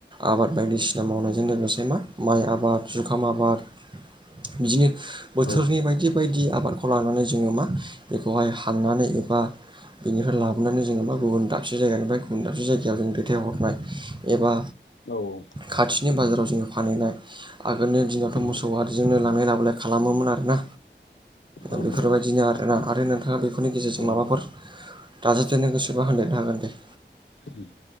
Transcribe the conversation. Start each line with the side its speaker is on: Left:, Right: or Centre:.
Right: आबाद बायदिसिना मावनायजों लोगोसे मा माइ आबाद जुखाम आबाद बिदिनो बोथोरनि
Left: औ
Right: बायदि बायदि आबादखौ लानानै जोङो मा बेखौहाय हाननानै बा बेनिफ्राय लाबोनानै जाङो मा गुबन दाबसे जायगानि गुबन दाबसे जायगायाव जों फाथायहरनाय एबा
Left: औ औ
Right: खाथिनि बाजाराव जोङो फानहैनाय। आगोलनि दिनावथ'
Left: औ
Right: मोसौ आरिजोंनो लांलाय ला बोलाय खालामोमोन आरोना।
Left: औ
Right: बेफोरबायदिनो
Left: नंगौ
Right: आरोना
Left: नोंथां
Right: आरो नोंथाङा बेफोरनि गेजेरजों
Left: औ
Right: माबाफोर
Left: नंगौ
Right: दाज दिनो गोसोबा होनाय हागोन दे
Left: होम